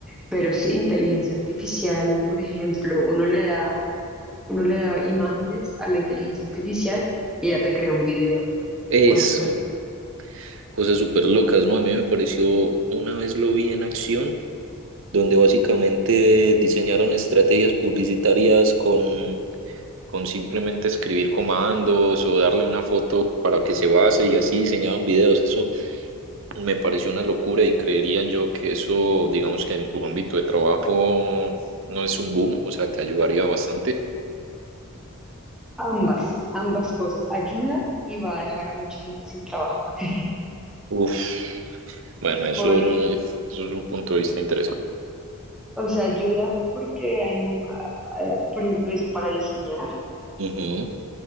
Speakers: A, in the centre; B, on the right (about 60°).
A: Pero sí, inteligencia artificial, por ejemplo, uno le da, uno le da imágenes a la inteligencia artificial y ya te crea un video
B: Eso,
A: o cosas por
B: cosas súper locas, ¿no? A mí me pareció, una vez lo vi en acción donde básicamente diseñaron estrategias publicitarias con, con simplemente escribir comandos o darle una foto para que se base y así diseñaban videos. Eso me pareció una locura y creería yo que eso, digamos que en tu ámbito de trabajo no es un boom, o sea, te ayudaría bastante.
A: Ambas, ambas cosas. Ayuda y va a dejar a mucha gente sin trabajo. <laughs>
B: Uf, bueno, eso,
A: Por,
B: mm, eso es un punto de vista interesante.
A: o sea, ayuda porque hay, m- a- a- por ejemplo, eso para diseñar,
B: Ujú,